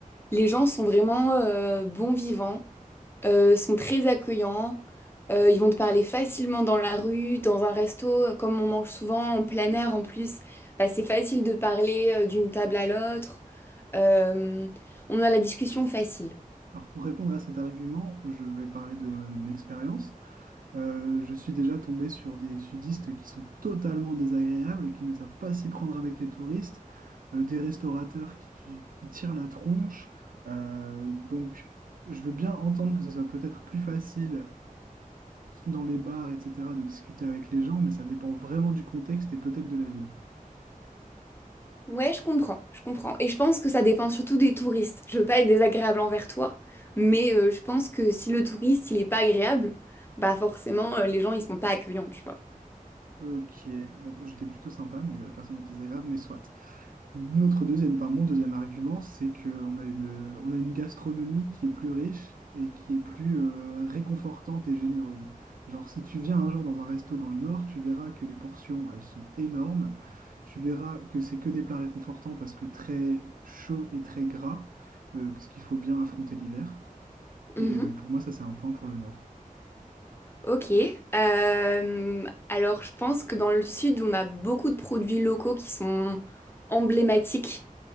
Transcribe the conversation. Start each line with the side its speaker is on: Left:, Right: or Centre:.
Left: les gens sont vraiment euh, bons vivants, euh, sont très accueillants, euh, ils vont te parler facilement dans la rue, dans un resto, euh, comme on mange souvent en plein air en plus. Bah, c'est facile de parler euh, d'une table à l'autre. Euh, on a la discussion facile.
Right: Alors pour répondre à cet argument, je vais parler de mon expérience. Euh, je suis déjà tombé sur des sudistes qui sont totalement désagréables, qui ne savent pas s'y prendre avec les touristes, euh, des restaurateurs qui, qui tirent la tronche. Euh, donc, je veux bien entendre que ce soit peut-être plus facile dans les bars, etc., de discuter avec les gens, mais ça dépend vraiment du contexte et peut-être de la ville.
Left: Ouais, je comprends, je comprends. Et je pense que ça dépend surtout des touristes. Je veux pas être désagréable envers toi, mais euh, je pense que si le touriste, il est pas agréable, bah forcément, euh, les gens, ils sont pas accueillants, tu vois.
Right: Ok, bon, j'étais plutôt sympa, mais la personne était désagréable, mais soit. Notre deuxième, enfin mon deuxième argument, c'est qu'on a une, on a une gastronomie qui est plus riche et qui est plus euh, réconfortante et généreuse. Genre, si tu viens un jour dans un resto dans le Nord, tu verras que les portions, elles sont énormes. Tu verras que c'est que des plats réconfortants parce que très chaud et très gras, euh, parce qu'il faut bien affronter l'hiver.
Left: Mhm.
Right: Et euh, pour moi, ça, c'est un point pour le Nord.
Left: ok. Euh, alors, je pense que dans le sud, on a beaucoup de produits locaux qui sont emblématiques.